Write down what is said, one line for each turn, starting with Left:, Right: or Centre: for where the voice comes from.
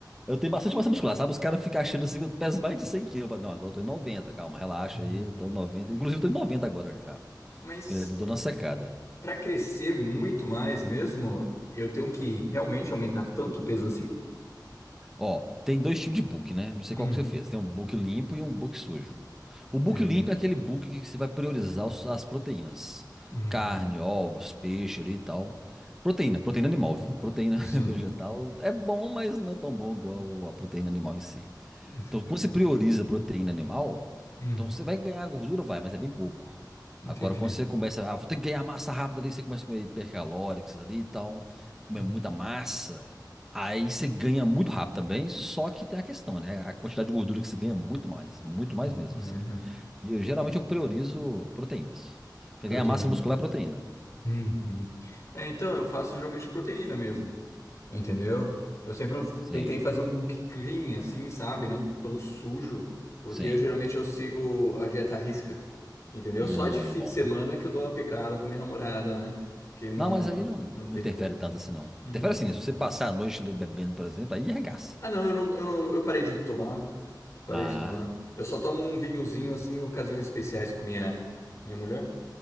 Centre: eu tenho bastante massa muscular, sabe? Os caras ficam achando assim que eu peso mais de 100 quilos. Eu falo, não, agora eu tô em noventa calma, relaxa
Left: Uhum.
Centre: aí, tô em noventa Inclusive, eu tô em 90 agora já.
Left: Mas.
Centre: Eu tô dando
Left: eh,
Centre: uma secada.
Left: Para crescer muito mais mesmo, eu tenho que realmente aumentar tanto o peso assim?
Centre: Ó, tem dois tipos de book, né? Não sei
Left: Hum,
Centre: qual que você fez. Tem um book limpo e um book sujo. O
Left: entendi.
Centre: book limpo é aquele book que você vai priorizar os- as proteínas.
Left: Uhum,
Centre: Carne, ovos, peixe ali e tal. Proteína, proteína animal, viu? Proteína
Left: sim,
Centre: <laughs> vegetal é bom, mas não é tão bom igual a proteína animal em si.
Left: sim.
Centre: Então, quando você prioriza proteína animal,
Left: Hum,
Centre: então você vai ganhar gordura, vai, mas é bem pouco.
Left: entendi.
Centre: Agora, quando você começa, ah, vou ter que ganhar massa rápida ali, você começa a comer hipercalóricos ali e tal, comer
Left: Hum,
Centre: muita massa, aí você ganha muito rápido também, só que tem a questão, né? A quantidade de gordura que você ganha é muito mais, muito mais
Left: muito
Centre: mesmo,
Left: mais,
Centre: assim.
Left: né?
Centre: E eu, geralmente eu priorizo proteínas. Você
Left: Proteínas.
Centre: ganha massa muscular é proteína.
Left: Uhum. É, então, eu faço geralmente proteína mesmo, entendeu? Eu sempre
Centre: Sim,
Left: tentei fazer um book clean, assim, sabe? Não tão sujo, porque
Centre: sim.
Left: eu, geralmente eu sigo a dieta à risca, entendeu?
Centre: Hum,
Left: Só de fim
Centre: bom.
Left: de semana que eu dou uma pecada com a minha namorada, né? Que não,
Centre: Não, mas aí não,
Left: não tem
Centre: não interfere
Left: como.
Centre: tanto assim, não.
Left: Uhum.
Centre: Interfere assim, né? Se você passar a noite ali bebendo, por exemplo, aí arregaça.
Left: Ah, não, eu não, eu não- eu parei de tomar, parei
Centre: Ah,
Left: de tomar. Eu só tomo um vinhozinho assim em ocasiões especiais com minha minha mulher.